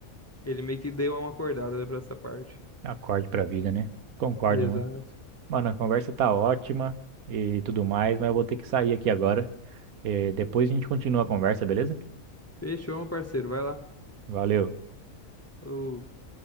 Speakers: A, on the left; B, on the right.
A: ele meio que deu uma acordada pra essa parte.
B: Acorde pra vida, né? Concordo,
A: Exato.
B: mano. Mano, a conversa tá ótima e tudo mais, mas eu vou ter que sair aqui agora. Eh, depois a gente continua a conversa, beleza?
A: Fechou, meu parceiro. Vai lá.
B: Valeu.
A: Os-